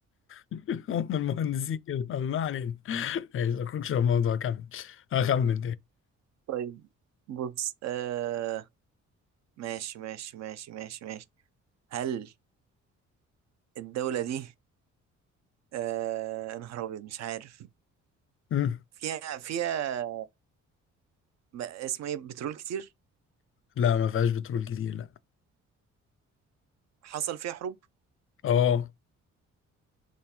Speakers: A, on the left; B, on the right.
A: <laughs> هم المهندسين كده ما علينا ماشي أخرجش في الموضوع كمل أخمن
B: طيب بص آه ماشي ماشي ماشي ماشي ماشي هل الدولة دي آه يا نهار أبيض مش عارف
A: تاني
B: فيها فيها ب- اسمه إيه بترول كتير
A: لا ما فيهاش بترول كتير لا
B: حصل فيها حروب
A: اه